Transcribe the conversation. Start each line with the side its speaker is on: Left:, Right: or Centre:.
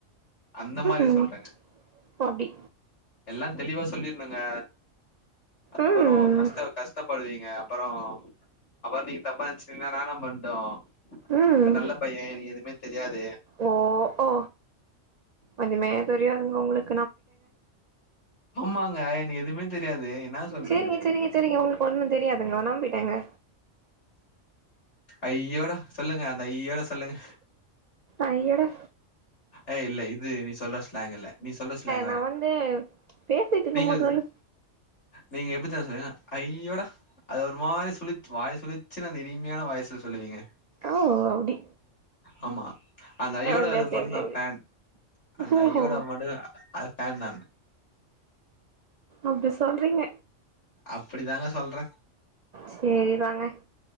Left: அந்த மாரி
Right: ம்
Left: சொல்றங்க
Right: அப்டி
Left: எல்லாந் தெளிவா சொல்லிருனுங்க அப்பறோ
Right: ம்
Left: கஷ்ட கஷ்டப்படுவீங்க அப்பறோ அப்பறோ நீங் தப்பா நெனச்சுட்ருந்த நா என்ன பண்ட்டு
Right: ம்
Left: நா வேற நல்ல பைய எனக்கு எதுவுமே தெரியாது
Right: ஓ ஒ ஒன்னுமே தெரியாதுங்க உங்களுக்
Left: ஆமாங்க எனக்கு எதுவுமே தெரியாது என்ன சொல்றது
Right: செரிங்க செரிங்க செரிங்க ஒங்களுக்கு ஒன்னு தெரியாதுங்க ஒ நம்பிட்டங்க
Left: ஐயோடா சொல்லுங்க அந்த ஐயோடா சொல்லுங்க
Right: ஐயோடா
Left: ஏ இல்ல இது நீ சொல்ற ஸ்லாங்குல்ல நீ சொல்ற ஸ்லாங் வேற
Right: நா வந்து பேசிக்குட்ருக்கும்போது
Left: நீங்க
Right: வரு
Left: நீங்க எப்டி தெமா சொல்வீங்க ஐயோடா அது ஒரு மாரி சுழிச்சு வாய சுழிச்சுன்னு அந்த இனிமையான வாய்சுல சொல்லுவீங்க
Right: ஓ அப்டி
Left: ஆமா அந்த ஐயோடா
Right: அப்டி
Left: அதுக்கு
Right: அப்டி
Left: மட்டு
Right: அப்டி
Left: நா
Right: அப்டி
Left: ஃபேன் அந்த
Right: ஓஹோ
Left: ஐயோட மட்டு நா அது ஃபேன் நான்
Right: அப்டி சொல்றீங்க
Left: அப்டி தாங்க சொல்ற
Right: சேரி தாங்க